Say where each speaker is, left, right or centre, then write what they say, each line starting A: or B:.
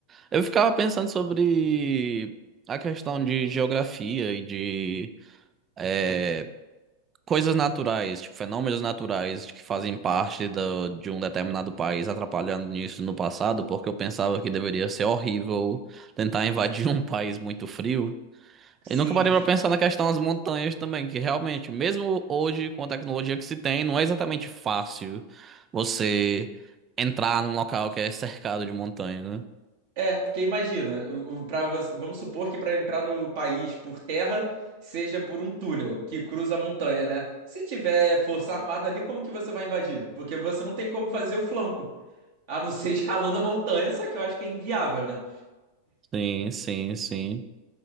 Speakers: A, on the right (about 25°); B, on the right (about 50°).
A: Eu ficava pensando sobre a questão de geografia e de eh, coisas naturais, tipo, fenômenos naturais que fazem parte do- de um determinado país atrapalhando nisso no passado, porque eu pensava que deveria ser horrível tentar invadir um <laughs> país muito frio.
B: Sim,
A: E nunca parei pra pensar na questão das montanhas também, que realmente, mesmo hoje, com a tecnologia que se tem, não é exatamente fácil você entrar num local que é cercado de montanha, né?
B: É, porque imagina, para você, vamos supor que para entrar no país por terra seja por um túnel que cruza a montanha, né? Se tiver força armada ali, como que você vai invadir? Porque você não tem como fazer o flanco, a não ser <laughs> escalando a montanha, só que eu acho que é inviável, né?
A: Sim, sim, sim.